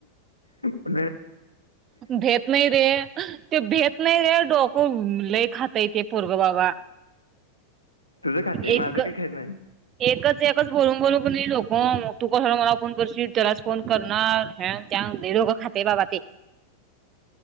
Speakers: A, on the left; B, on the right.
A: प
B: भेेत नाही रे ते भेेत नाही रे डोक लई खात यते पूर्वबाबा
A: तुझं खाते माझं
B: एक
A: काय खायचं नाही
B: एकच एकच बोलून बोलू नाही ोक मग तू कसला मला फोन करसील त्यालाच फोन करणार त्या लोघं खाते बाबा ते